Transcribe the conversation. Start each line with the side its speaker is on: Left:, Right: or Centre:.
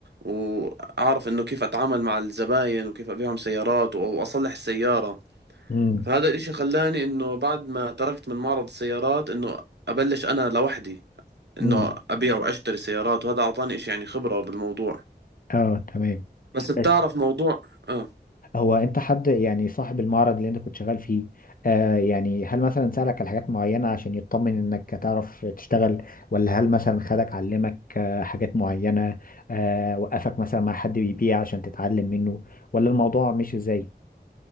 Right: وأعرف إنه كيف أتعامل مع الزباين وكيف أبيعهم سيارات أو أصلح السيارة
Left: مم.
Right: فهذا الإشي خلاني إنه بعد ما تركت من معرض السيارات إنه أبلش أنا لوحدي انه
Left: مم.
Right: ابيع واشتري سيارات وهذا اعطاني إشي يعني خبرة بالموضوع
Left: اه تمام
Right: بس بتعرف
Left: بس
Right: موضوع اه
Left: هو انت حد يعني صاحب المعرض اللي انت كنت شغال فيه آه يعني هل مثلا سألك على حاجات معينة عشان يطمن انك تعرف تشتغل ولا هل مثلا خدك علمك آه حاجات معينة آه وقفك مثلا مع حد بيبيع عشان تتعلم منه ولا الموضوع مش ازاي